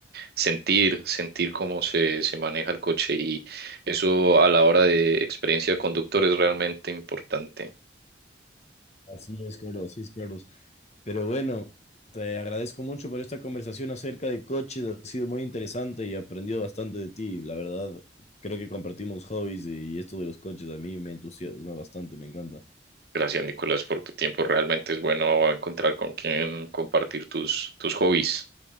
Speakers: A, on the right (about 60°); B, on the left (about 40°).
A: sentir, sentir cómo se, se maneja el coche y eso a la hora de experiencia de conductor es realmente importante.
B: Así es, Carlos, así es, Carlos. Pero bueno, te agradezco mucho por esta conversación acerca de coches. Ha sido muy interesante y aprendido bastante de ti. La verdad, creo que compartimos hobbies y esto de los coches a mí me entusiasma bastante, me encanta.
A: Gracias, Nicolás, por tu tiempo. Realmente es bueno encontrar con quien compartir tus, tus hobbies.